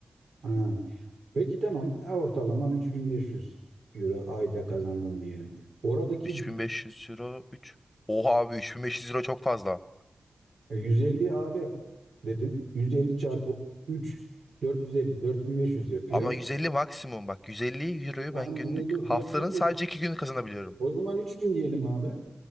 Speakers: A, on the right; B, on the left.
A: ha. Peki tamam. Ha, Ortalama 3500 euro ayda kazandın diyelim. Oradaki
B: 3500 euro 3. Oha abi 3500 euro çok fazla.
A: e, 150 abi dedin. 150 çarpı 3 450 4500 yapıyor.
B: Ama 150 maksimum bak 150 euroyu
A: Tamam
B: ben günlük
A: 150
B: haftanın
A: 4500.
B: sadece 2 günü kazanabiliyorum.
A: O zaman 3000 diyelim abi.